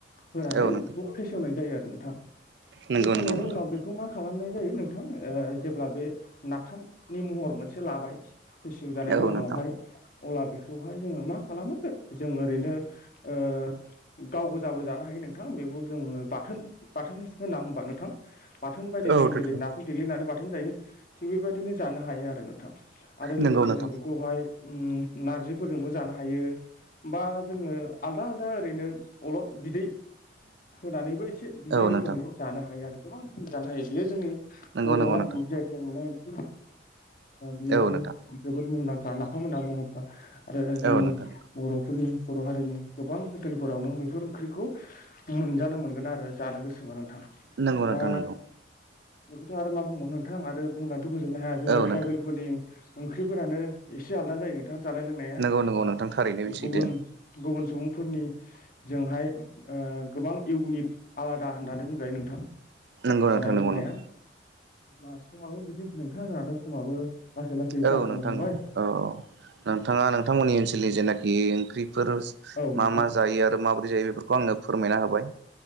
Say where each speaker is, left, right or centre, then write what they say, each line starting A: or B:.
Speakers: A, on the left; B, on the right.
A: होनानै
B: औ नोंथां
A: बेखौ फेसेवनाय जायो आरो नोंथां
B: नंगौ
A: फेसेवनायनि
B: नंगौ नोंथां
A: उनाव बेखौ मा खालामनाय जायो नोंथां ओ जेब्ला बे नाफामनि महर मोनसे लाबाय फेसेव जानायनि
B: औ
A: उनावहाय
B: नोंथां
A: अला बे बेखौहाय जोङो मा खालामो जों ओरैनो ओ गावगोजाबो जानो हायो नोंथां बे बेखौ जोङो बाथोन बाथोन सो होना होनबा नोंथां। बाथोन बायदि जों
B: औ नोंथां
A: जेरै नाखौ देग्लिनानै बाथोन जायो थिग बेबायदिनो जानो हायो आरो नोंथां। आरो
B: नंगौ
A: लोगोसे
B: नोंथां
A: जों बेखौहाय उम नारजि फोरजोंबो जानो हायो बा जोङो आलदा आलदा ओरैनो अलप बिदै होनानैबो एसे बिदै
B: औ
A: रोखोमनि
B: नोंथां
A: जानो हायो आरो गोबां रोखोमनि जानो हायो बेयो जोंनि
B: नंगौ
A: बर'
B: नंगौ
A: हारिनि
B: नोंथां
A: जि आइ टेग मोननाय ओंख्रि बियो
B: औ नोंथां
A: जोबोद मुंदां खा नाफाम होनना बुङोब्ला आरो जोंनि
B: औ नोंथां
A: बर'फोरनि बर' हारिनि गोबां हटेलफोराव नों बेफोर ओंख्रिखौ मोनजानो मोनगोन आरो जानो गोसोबा नोंथां।
B: नोंगौ
A: दा
B: नोंथां नोंगौ
A: बेखौथ' आरो मा बुंगो नोंथां आरो बुंनानैथ' फोजोबनो हाया जोंनि
B: औ
A: ट्राइबेलफोरनि
B: नोंथां
A: ओंख्रिफोरानो एसे आलदा जायो नोंथां जानाय लोंनाया
B: नंगौ नंगौ नोंथां थारैनो बे सैथो
A: गुबुन गुबुन सुबुंफोरनिजोंहाय ओ गोबां इउनिक आलादा होननानै बुंजायो नोंथां
B: नंगौ
A: जानाय
B: नोंथां
A: लोंनाया
B: नंगौ नंगौ
A: बा समाबो बिदिनोै नोंथाङा जोंनाथ' समाबो लासै लासै
B: औ
A: जाबोनो
B: नोंथां
A: हमबाय
B: औ औ औ नोंथाङा नों थांमोननि ओनसोलनि जेनाखि ओंख्रिफोर
A: औ नोंथां
B: मा मा जायो आरो माबोरै जायो बेफोरखौ आङो फोरमायना होब बाय